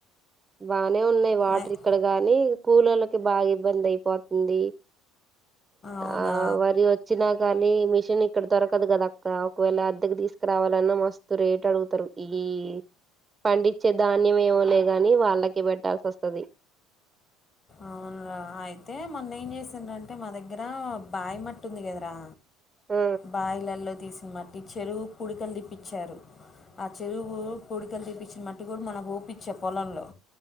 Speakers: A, on the right; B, on the left.
A: బా నే ఉన్నాయి. వాటర్
B: అయ్-
A: ఇక్కడ గాని స్కూలలకి బాగా ఇబ్బంది అయిపోతుంది.
B: అవునా
A: ఆ వరి వచ్చినాక కానీ మిషన్ ఇక్కడ దొరకదు కదా అక్క. ఒకవేళ అద్దెకు తీసుకురావాలన్నా మస్తు రేట్ అడుగుతారు. ఈ పండించే ధాన్యం ఏమొలే గాని వాళ్ళకి పెట్టాల్సి వస్తది.
B: అవునురా అయితే మొన్న ఏం చేసండంటే మా దగ్గర బాయి మట్టు ఉంది కదరా.
A: ఆ
B: బాయిలల్లో తీసు మా టీచరు పుడికలు దిప్పించారు. ఆ చెరువు కుడి తీపచ్చిన మట్టు కూడా మనకు ఊపించే పొలంలో